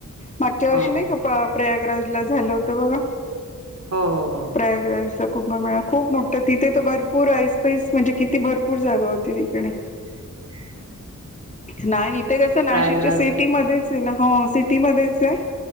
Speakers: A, on the left; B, on the right.
A: मागच्या वर्षी
B: हो
A: नाही
B: हो
A: का
B: हो
A: प्रयागराजला झालं होतं बघा.
B: हो-हो-हो.
A: प्रयागराज ला खूप मिळा खूप मोठं तिथे तर भरपूर आईस पईस म्हणजे किती भरपूर जागा होती तिकडे.
B: ह <inaudible>
A: नाही इथे कस नाशिकच्या
B: प्रयागराजला
A: सिटी मध्येच आहे. ना हो स सिटी मध्येच आहे.